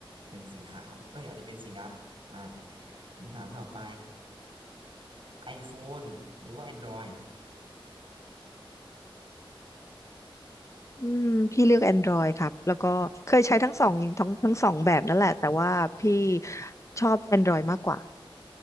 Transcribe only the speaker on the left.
อืมพี่เลือก Android ครับแล้วก็เคยใช้ทั้งสองทั้งทั้งสองแบบนั่นแหละแต่ว่าพี่ชอบ Android มากกว่า